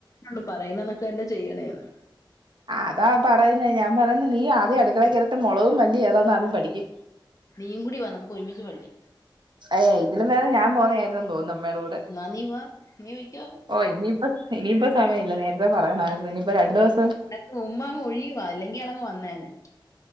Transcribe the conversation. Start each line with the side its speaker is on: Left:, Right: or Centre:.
Left: ണ്ട് പറയുന്നന്നൊക്കന്നെ ചെയ്യണേന്ന്
Right: അതാ പറയുന്നേ ഞാൻ പറയുന്ന് നീ ആദ്യം അടുക്കളേ കേറിട്ട് മുളകും മല്ലി ഏതാന്ന് ആദ്യം പഠിക്ക്
Left: നീയും കൂടി വാ നമുക്ക് ഒരുമിച്ച് പഠിക്ക
Right: അയ്യ ഇതിലും പേതം ഞാൻ പോന്നായിരുന്നു തോന്നുന്നു അമ്മേയുടെ കൂടെ
Left: എന്നാ നീ വാ നീ വയ്ക്കോ
Right: ഓ ഇനിയിപ്പം ഇനിയിപ്പോ സമയല്ല നേരത്തെ പറയണമായിരുന്നു ഇനിയിപ്പോ രണ്ടു ദിവസം
Left: അനക്ക് ഉം അങ് ഒഴിയുവാ അല്ലെങ്കി അവൻ വന്നേനെ